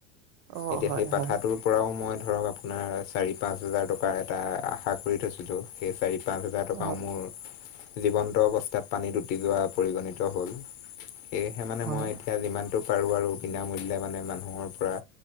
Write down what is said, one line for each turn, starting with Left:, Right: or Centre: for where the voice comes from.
Right: অ',
Left: এতিয়া
Right: হয়,
Left: সেই পাঠাটোৰ
Right: হয়,
Left: পৰাও মই ধৰক আপোনাৰ চাৰি পাঁচ পাঁচ হেজাৰ টকাৰ এটা আশা কৰি থৈছিলোঁ, সেই চাৰি পাঁচ হাজাৰ টকাও
Right: হয়,
Left: মোৰ জীৱন্ত অৱস্থাত পানী দুটি যোৱা পৰিগণিত হল। সেয়েহে মানে
Right: হয়,
Left: মই এতিয়া যিমানটো পাৰো আৰু বিনামূল্য মানে মানুহৰ পৰা